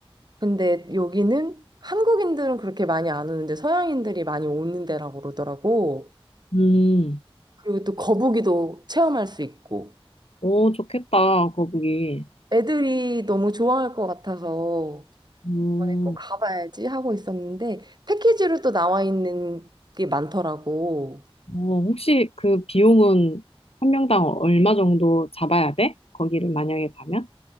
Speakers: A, on the right; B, on the left.
A: 근데 여기는 한국인들은 그렇게 많이 안 오는데 서양인들이 많이 오는 데라고 그러더라고.
B: 음.
A: 그리고 또 거북이도 체험할 수 있고.
B: 오, 좋겠다, 거북이.
A: 애들이 너무 좋아할 것 같아서
B: 음,
A: 이번에 꼭 가봐야지 하고 있었는데 패키지로 또 나와 있는 게 많더라고.
B: 어, 혹시 그 비용은 한 명당 얼마 정도 잡아야 돼? 거기를 만약에 가면?